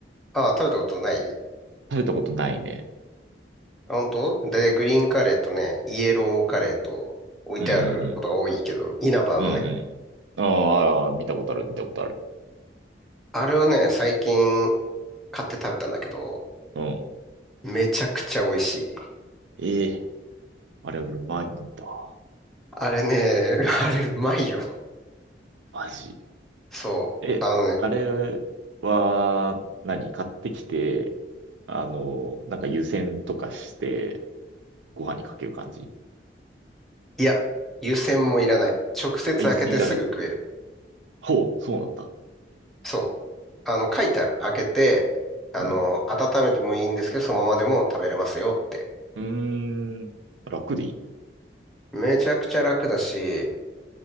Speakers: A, in the centre; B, on the right.
A: ー。あ、食べたことない
B: 食べたことないね。
A: あ、本当で、グリーンカレーとね、イエローカレーと置いてあることが多いけど、
B: うんうんうん。
A: 稲葉のね。
B: うんうん。ああ、あー見たことある、見たことある。
A: あれをね、最近買って食べたんだけど、
B: うん。
A: めちゃくちゃ美味しい。
B: ええあれうまいんだ。
A: あれね、<laughs> あれうまいよ。
B: 味。
A: そう。
B: え、
A: あのね、
B: あれは何、買ってきて、あの、なんか湯煎とかして、ご飯にかける感じ
A: いや、湯煎もいらない。直接開けてすぐ食える。
B: あ、湯煎いらないの。ほう、そうなんだ。
A: そう。あの、書いてある。開けて、あの、
B: うん。
A: 温めてもいいんですけど、そのままでも食べれますよって。
B: うーん、楽でいいね。
A: めちゃくちゃ楽だし、